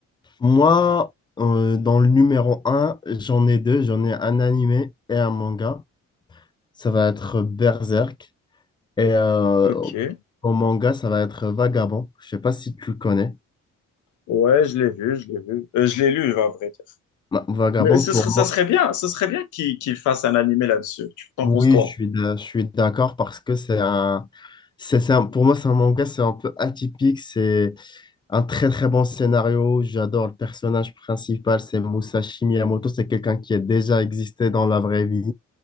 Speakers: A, on the left; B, on the left.
A: moi, euh, dans le numéro un, j'en ai deux. J'en ai un animé et un manga. Ça va être Berserk. Et euh,
B: Ok.
A: au manga, ça va être Vagabond. Je sais pas si tu le connais.
B: Ouais, je l'ai vu, je l'ai vu. Euh, je l'ai lu, à vrai dire.
A: Bah, Vagabond,
B: Mais ce
A: pour
B: serait,
A: moi.
B: ça serait bien, ce serait bien qu'il qu'il fasse un animé là-dessus. Tu t'en
A: Oui,
B: penses quoi?
A: je suis d'a- je suis d'accord parce que c'est un, c'est, c'est un- pour moi, c'est un manga, c'est un peu atypique. C'est un très, très bon scénario. J'adore le personnage principal, c'est Musashi Miyamoto. C'est quelqu'un qui a déjà existé dans la vraie vie.